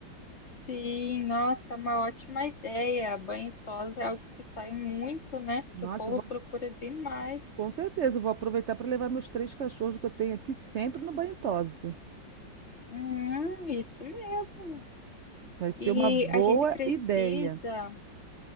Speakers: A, on the left; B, on the right.
A: Sim, nossa, uma ótima ideia. Banho e tosa é algo que sai muito, né?
B: Nossa,
A: Que o povo
B: eu vou,
A: procura demais.
B: com certeza, eu vou aproveitar para levar meus três cachorros que eu tenho aqui sempre no banho e tosa.
A: Hum, isso mesmo.
B: Vai ser
A: E
B: uma boa
A: a gente precisa,
B: ideia.